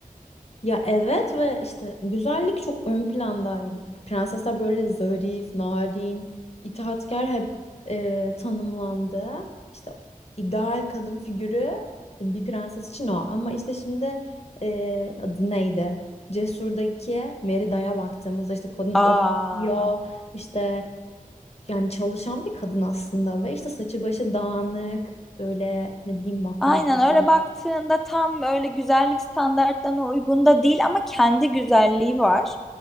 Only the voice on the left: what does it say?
Ya evet ve işte güzellik çok ön plandaydı. Prensesler böyle zarif, narin, itaatkar hep e, tanımlandı. İşte ideal kadın figürü e, bir prenses için o. Ama işte şimdi e, adı neydi? Cesur'daki Merida'ya baktığımızda işte kadın
okuyor, işte yani çalışan bir kadın aslında ve işte saçı başı dağınık, öyle ne bileyim makyajlı
bir